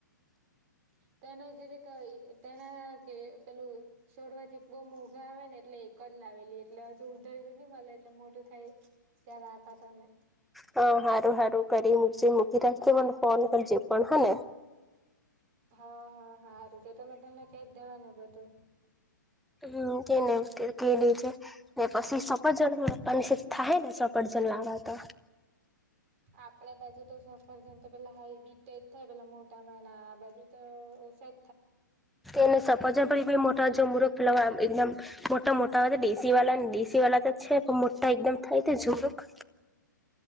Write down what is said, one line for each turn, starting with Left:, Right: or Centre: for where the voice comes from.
Right: તેને જીરીક તેના કે પેલું છોડવા જીક બો મોઘા આવે ને એટલે એક જ લાવેલી એટલે હજુ ઉધયરું ની મલે એટલે મોટું થાય ત્યારે આપા તને
Centre: હ હારું હારું કરી મુકજે મૂકી રાખીજે મને ફોન કરજે પણ હ ને
Right: હ હ હારું તે તો મે તને કેજ દેવાને બધું
Centre: હમ તેને કે દે જે ને પછી સપરજન <unintelligible> થાહે ને સફરજન લાવલા હતા
Right: આપડે બાજુ તો સફરજન તો પેલા હાય બી ટે ડ થાય પેલા મોટા માના આબાજુ તો ઓસા
Centre: એને સફરજન પર એ પેલા મોટા જમરૂખ મતલબ આમ એકદમ મોટા મોટા હોય ડેસી વાલા ને ડેસી વાલા તો છે, પણ મોટા એકદમ થાય તે જમરૂખ <inaudible>